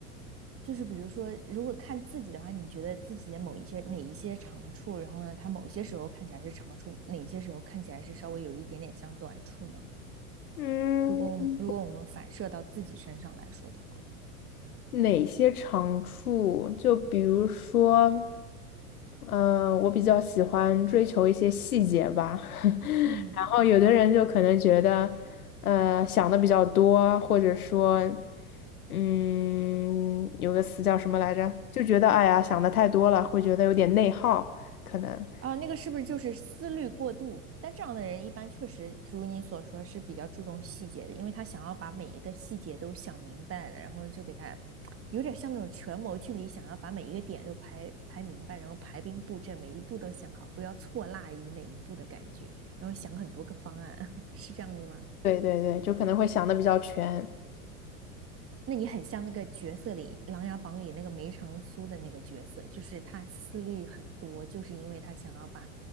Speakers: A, on the right (about 30°); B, on the left (about 75°).
A: 就是比如说，如果看自己的话，你觉得自己的某一些哪一些长处，然后呢，他某些时候看起来是长处，哪些时候看起来是稍微有一点点像短处呢？
B: 嗯，
A: 如果我们如果我们反射到自己身上来说的话，
B: 哪些长处？就比如说，嗯、我比较喜欢追求一些细节吧。<laughs>
A: 嗯，
B: 然后有的人就可能觉得，呃，想的比较多，或者说，嗯，有个词叫什么来着？就觉得哎呀，想的太多了，会觉得有点内耗，可能。
A: 啊，那个是不是就是思虑过度？但这样的人一般确实如你所说是比较注重细节的，因为他想要把每一个细节都想明白了，然后就给他有点像那种权谋剧里想要把每一个点都排排明白，然后排兵布阵，每一步都想好，不要错落于哪一步的感觉，然后想很多个方案，<laughs> 是这样子吗？
B: 对对对对，就可能会想的比较全。
A: 那你很像那个角色里《琅琊榜》里那个梅长苏的那个角色，就是他思虑很多，就是因为他想要把